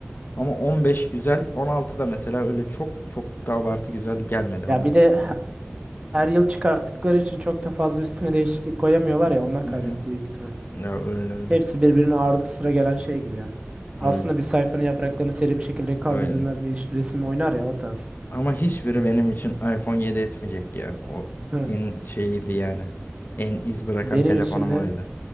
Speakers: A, on the left; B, on the right.
A: Ama 15 güzel. 16 da mesela öyle çok çok da abartı güzel gelmedi
B: Ya
A: bana
B: bir
A: ya.
B: de Her yıl çıkarttıkları için çok da fazla üstüne değişiklik koyamıyorlar ya ondan
A: Hı
B: kaynaklı
A: hı.
B: büyük ihtimal.
A: Ya öyle öyle.
B: Hepsi birbirine ardı sıra gelen şey gibi yani. Aslında
A: Öyle.
B: bir sayfanın yapraklarını seri bir şekilde kaldırdığında
A: Öyle.
B: bir ş- resim oynar ya o tarz.
A: Ama hiçbiri benim için iPhone 7 etmeyecek ya. O
B: Hı.
A: en şeyiydi yani. En iz bırakan
B: Benim
A: telefonum
B: için de
A: oydu.